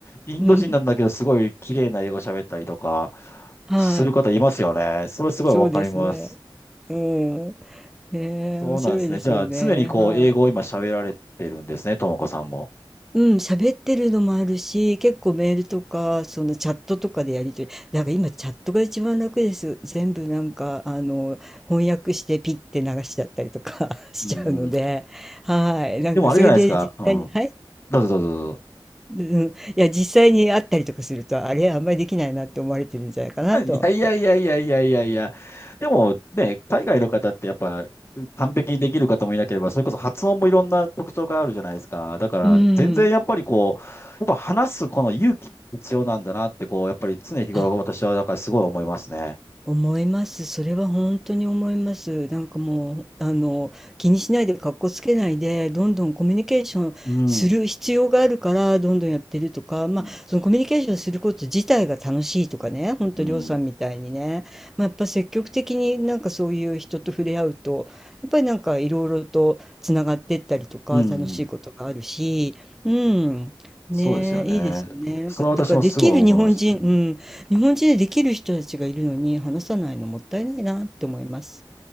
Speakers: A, on the left; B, in the centre.
A: インド人なんだけど、
B: うん。
A: すごい綺麗な英語喋ったりとか、
B: は
A: する方いますよね。それすごいわかります。
B: い。そうですね。うん。ねえ、
A: そうなんですね。
B: 面白いですよね。
A: じゃあ、常にこう、
B: はい。
A: 英語を今喋られてるんですね、ともこさんも。
B: うん、喋ってるのもあるし、結構メールとか、そのチャットとかでやり取り、だから今チャットが一番楽です。全部なんか、あの、翻訳してピッて流しちゃったりとか <laughs> しちゃうので、
A: うん。
B: はい。なんかそれで実際に、
A: でもあれじゃないですか。うん。
B: はい。
A: どうぞどうぞどうぞ。
B: うん、いや、実際に会ったりとかすると、あれ、あんまりできないなって思われてるんじゃないかなと思って。
A: いやいやいやいやいやいやいや。でもね、海外の方ってやっぱ完璧にできる方もいなければ、それこそ発音もいろんな特徴があるじゃないですか。だから全然やっぱりこう、
B: うん。
A: やっぱ話すこの勇気必要なんだなってこう、やっぱり常日頃私はだからすごい思いますね。
B: あ思います。それは本当に思います。なんかもう、あの、気にしないで、格好つけないで、どんどんコミュニケーションする必要があるから、
A: うん。
B: どんどんやってるとか、まあ、
A: うん。
B: そのコミュニケーションすること自体が楽しいとかね、本当りょうさんみたいにね、
A: うん。
B: まあ、やっぱ積極的になんかそういう人と触れ合うと、やっぱりなんかいろいろとつながってったりとか、
A: うん
B: 楽しいことがあるし、うん。ねえ、
A: そうですよね。
B: いいですよね。なんか、
A: それは私もすごい思います。
B: だからできる日本人、
A: うん。
B: うん日本人でできる人たちがいるのに話さないのもったいないなって思います。